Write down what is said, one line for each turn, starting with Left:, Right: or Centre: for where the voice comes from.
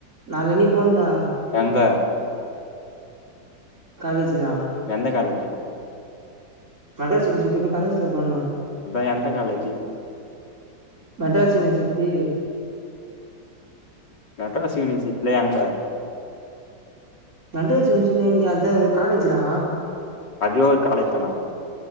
Right: நாளை ரெடி பண்டா
Left: எங்க
Right: காலேஜ் தா
Left: எந்த காலேஜ் ஜி
Right: கட செஞ்சுட்டி இருக்குற ப்ப கரஸ்லா போல்லாம்
Left: அதான் எந்த காலேஜு
Right: மெட்ராஸ் யூனிவர்சிட்டி
Left: மெட்ராஸ் யூனிவர்சிட்டில எங்க
Right: மெட்ராஸ் யூனிவர்சிட்டி எங்க அத காலேஜ்ரா
Left: அதுவோ ஒரு காலேஜ் தானா